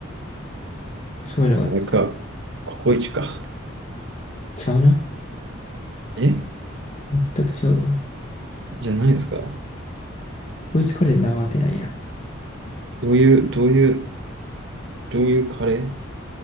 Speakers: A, on the left; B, on the right.
A: そういうのが
B: あれか。ココイチか。
A: ちゃうな。
B: え
A: 全くちゃうわ。
B: じゃないですか。
A: こいつカレーなわけないや。
B: どういう、どういう、どういうカレー